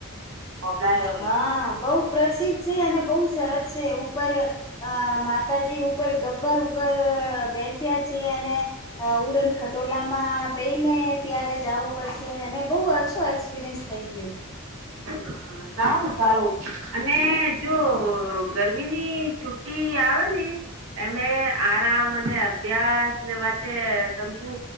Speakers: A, on the right (about 70°); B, on the left (about 15°).
A: અ <unintelligible>
B: હા બહુ પ્રસિદ્ધ છે અને બહુ સરસ છે ઉપર અ માતાજી ઉપર ગબ્બર ઉપર બેસ્યા છે અને અ ઉડન ખટોલામાં બેઈ ને ત્યારે જાવું પડશે. એને બહુ અછો એક્સપિરિયન્સ થઈ ગયો.
A: હા. સારું સારું અને જો ગરમીની છુટ્ટી આવે ને? એમે આરામ અને અભ્યાસ ને વચ્ચે સંતુ